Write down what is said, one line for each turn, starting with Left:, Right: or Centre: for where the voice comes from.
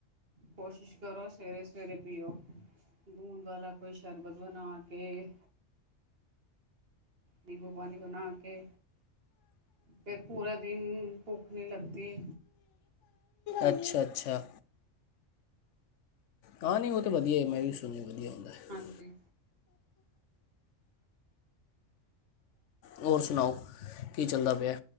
Right: ਕੋਸ਼ਿਸ਼ ਕਰੋ ਸਵੇਰੇ-ਸਵੇਰੇ ਪੀਓ, ਗੂੰਦ ਵਾਲਾ ਕੋਈ ਸ਼ਰਬਤ ਬਣਾ ਕੇ, ਨਿੰਬੂ ਪਾਣੀ ਬਣਾ ਕੇ। ਫਿਰ ਪੂਰਾ ਦਿਨ ਭੁੱਖ ਨੀ ਲੱਗਦੀ।
Left: ਅੱਛਾ-ਅੱਛਾ। ਹਾਂ ਨਹੀਂ ਉਹ ਤਾਂ ਵਧੀਆ ਏ ਮੈਂ ਵੀ ਸੁਣਿਆ ਵਧੀਆ ਹੁੰਦਾ ਹੈ
Right: ਹਾਂਜੀ
Left: ਹੋਰ ਸੁਣਾਓ ਕੀ ਚੱਲਦਾ ਪਿਆ